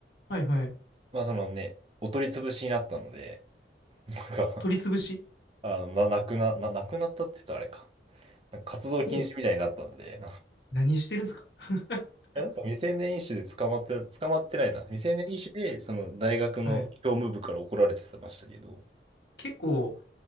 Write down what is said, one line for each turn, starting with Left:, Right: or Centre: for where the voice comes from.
Left: はい、はい。
Right: まあ、そのね、お取り潰しになったので、なんか、
Left: 取り潰し。
Right: あの、な、なくな、な、なくなったって言ったらあれか。なんか活動禁止みたいになったので、
Left: ほう、何してるんですか <laughs>
Right: いや、なんか未成年医師で捕まって、捕まってないな。未成年医師で、その大学の教務部から怒られてましたけど、
Left: はい。結構、